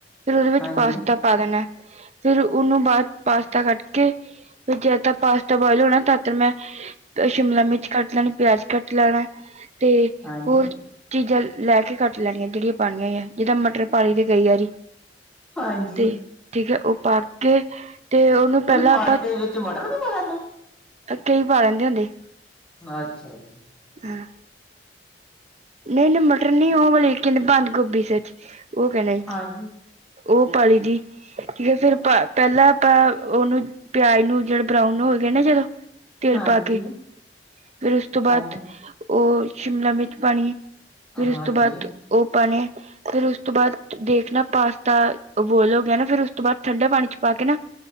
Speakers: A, on the right; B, in the centre.
A: ਫਿਰ ਉਹਦੇ ਵਿੱਚ
B: ਹਾਂਜੀ
A: ਪਾਸਤਾ ਪਾ ਦੇਣਾ, ਫਿਰ ਉਹਨੂੰ ਬਾਅਦ ਪਾਸਤਾ ਕੱਟ ਕੇ ਫਿਰ ਜਦ ਤ ਪਾਸਤਾ ਬੋਆਇਲ ਹੋਣਾ, ਤਦ ਤਕ ਮੈਂ ਸ਼ਿਮਲਾ ਮਿਰਚ ਕੱਟ ਲੈਣੀ ਪਿਆਜ ਕੱਟ ਲੈਣਾ, ਤੇ
B: ਹਾਂਜੀ
A: ਹੋਰ ਚੀਜ਼ਾਂ ਲੈ ਕੇ ਕੱਟ ਲੈਣੀਆਂ, ਜਿਹੜੀਆਂ ਪਾਣੀਆਂ ਹੋਈਆਂ ਜਿੱਦਾਂ ਮਟਰ ਪਾ ਲਈ ਦੇ ਕਈ ਵਾਰੀ।
B: ਹਾਂਜੀ
A: ਤੇ ਠੀਕ ਹੈ, ਉਹ ਪਾ ਕੇ
B: ਤੁਸੀਂ
A: ਤੇ ਉਹਨੂੰ ਪਹਿਲਾਂ
B: ਪਾਸਤੇ
A: ਆਪਾਂ
B: ਵਿੱਚ ਮਟਰ ਵੀ ਪਾ ਲੈਂਦੇ
A: ਕਈ ਪਾ ਲੈਂਦੇ ਹੁੰਦੇ।
B: ਅੱਛਾ ਜੀ,
A: ਹਾਂ। ਨਹੀਂ, ਨਹੀਂ ਮਟਰ ਨੀ ਉਹ ਵਾਲੀ ਕਿੰਨ ਬੰਦ ਗੋਭੀ ਸੱਚ ਉਹ ਕਹਿਣਾ ਸੀ।
B: ਹਾਂਜੀ
A: ਉਹ ਪਾ ਲਈ ਦੀ, ਠੀਕ ਹੈ ਫਿਰ ਪਹਿਲਾਂ ਆਪਾਂ ਉਹਨੂੰ ਪਿਆਜ ਨੂੰ ਜਿਹੜਾ ਬਰਾਊਨ ਹੋ ਗਏ ਨਾ, ਜਦੋਂ ਤੇਲ
B: ਹਾਂਜੀ
A: ਪਾ ਕੇ ਫਿਰ ਉਸ ਤੋਂ ਬਾਅਦ
B: ਹਾਂਜੀ ਹਾਂਜੀ
A: ਉਹ ਸ਼ਿਮਲਾ ਵਿੱਚ ਪਾਣੀ ਐ, ਫਿਰ
B: ਹਾਂਜੀ
A: ਉਸ ਤੋਂ ਬਾਅਦ ਉਹ ਆਪਣੇ ਫਿਰ ਉਸ ਤੋਂ ਬਾਅਦ ਦੇਖਣਾ ਪਾਸਤਾ ਉਬਲ ਗਿਆ ਨਾ ਫਿਰ ਉਸ ਤੋਂ ਬਾਅਦ ਠੰਡੇ ਪਾਣੀ ਚ ਪਾ ਕੇ ਨਾ